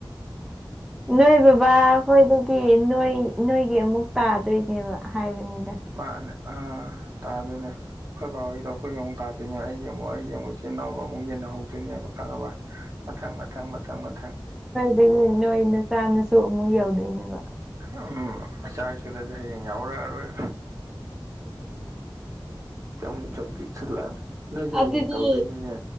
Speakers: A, in the centre; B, on the right.
A: ꯅꯣꯏ ꯕꯕꯥ ꯍꯣꯏꯗꯒꯤ ꯅꯣꯏ ꯅꯣꯏꯒꯤ ꯑꯃꯨꯛ ꯇꯥꯗꯣꯏꯅꯦꯕ ꯍꯥꯏꯕꯅꯤꯗ
B: ꯃꯥꯅꯦ ꯑꯥ ꯇꯗꯣꯅꯦ ꯑꯩꯈꯣꯏ ꯕꯥꯍꯣꯏꯒꯤꯗꯣ ꯑꯩꯈꯣꯏꯒꯤ ꯑꯃꯨꯛ ꯇꯥꯗꯣꯏꯅꯦ ꯑꯩꯒꯤ ꯑꯃꯨꯛ ꯑꯩꯒꯤ ꯑꯃꯨꯛ ꯏꯆꯤꯟ ꯏꯅꯥꯎꯒ ꯑꯃꯨꯛ ꯌꯦꯟꯅꯍꯧ ꯑꯗꯨꯅꯦꯕ ꯈꯪꯉꯕ ꯃꯊꯪ ꯃꯊꯪ ꯃꯊꯪ ꯃꯊꯪ
A: ꯑꯗꯒꯤ ꯅꯣꯏ ꯅꯆꯥ ꯅꯁꯨ ꯑꯃꯨꯛ ꯌꯧꯗꯣꯏꯅꯦꯕ
B: ꯎꯝ ꯏꯆꯥꯏꯁꯨꯗꯗꯤ ꯍꯌꯦꯡ ꯌꯥꯎꯔꯛꯑꯔꯣꯏ ꯆꯨꯝ ꯆꯨꯝ ꯄꯥꯛꯁꯤꯜꯂꯛꯑꯅꯤ ꯅꯣꯏꯖꯨ
A: ꯑꯗꯨꯗꯤ
B: ꯍꯌꯦꯡ ꯇꯧꯗꯣꯏꯅꯤꯅꯦ